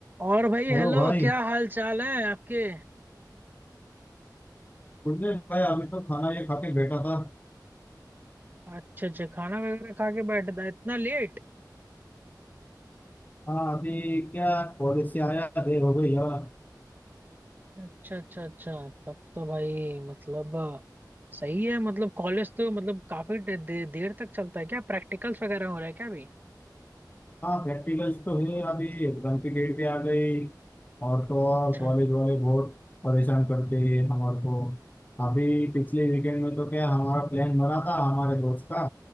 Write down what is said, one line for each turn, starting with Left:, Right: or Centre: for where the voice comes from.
Right: और भाई
Left: Hello
Right: हेलो
Left: भाई
Right: क्या हाल चाल है आपके
Left: कुछ दिन भाई अभी तो खाना ये खा के बैठा था
Right: अच्छा अच्छा खाना वगैरह खा के बैठ था इतना लेट
Left: हाँ अभी क्या कॉलेज से आया देर हो गई यार
Right: अच्छा अच्छा अच्छा तब तो भाई मतलब सही है मतलब कॉलेज तो मतलब काफी दे, दे, देर तक चलता है क्या प्रैक्टिकल्स वगैरह हो रहे हैं क्या अभी
Left: हाँ प्रैक्टिकल्स तो है अभी एग्जाम की डेट पे आ गई और तो
Right: अच्छा
Left: और कॉलेज वाले बहुत परेशान करते हैं हमारे को अभी पिछले वीकेंड में तो क्या हमारा प्लान बना था हमारे दोस्त का